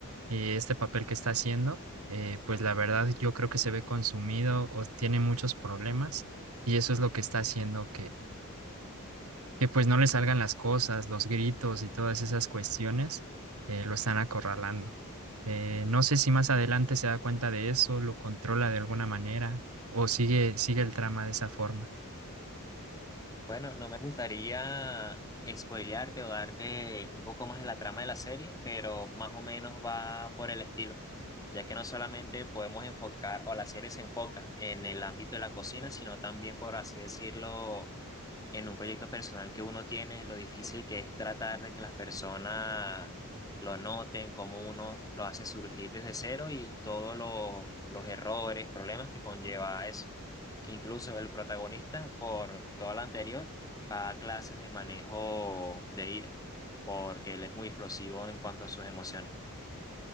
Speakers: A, on the right; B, on the left.
A: y este papel que está haciendo, eh, pues la verdad yo creo que se ve consumido o tiene muchos problemas y eso es lo que está haciendo que pues no le salgan las cosas, los gritos y todas esas cuestiones, eh, lo están acorralando. Eh, no sé si más adelante se da cuenta de eso, lo controla de alguna manera o sigue, sigue el trama de esa forma.
B: Bueno, no me gustaría spoilearte o darte un poco más de la trama de la serie, pero más o menos va por el estilo, ya que no solamente podemos enfocar, o la serie se enfoca en el ámbito de la cocina, sino también, por así decirlo, en un proyecto personal que uno tiene, lo difícil que es tratar de que las personas lo noten, cómo uno lo hace surgir desde cero y todos los, los errores, problemas que conlleva eso. Incluso el protagonista, por toda la anterior, va a clases de manejo de ira, porque él es muy explosivo en cuanto a sus emociones.